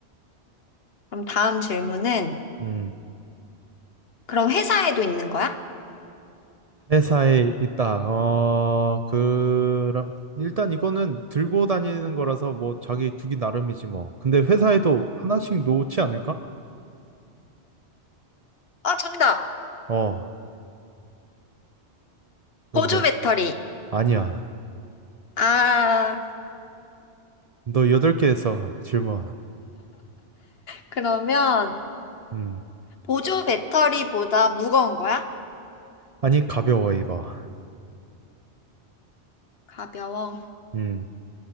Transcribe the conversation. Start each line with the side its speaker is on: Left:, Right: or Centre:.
Left: 그럼 다음 질문은,
Right: 음,
Left: 그럼 회사에도 있는 거야?
Right: 회사에 있다. 어, 그랑, 일단 이거는 들고 다니는 거라서 뭐 자기 두기 나름이지 뭐. 근데 회사에도 하나씩 놓지 않을까?
Left: 아, 정답!
Right: 어, 뭔데?
Left: 보조 배터리.
Right: 아니야.
Left: 아,
Right: 너 여덟 개에서 질문.
Left: 그러면
Right: 음.
Left: 보조 배터리보다 무거운 거야?
Right: 아니, 가벼워, 이거.
Left: 가벼워.
Right: 음.